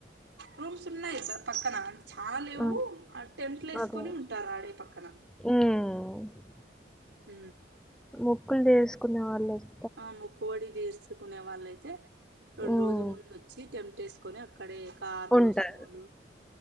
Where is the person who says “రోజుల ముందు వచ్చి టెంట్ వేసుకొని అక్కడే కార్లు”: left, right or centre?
Right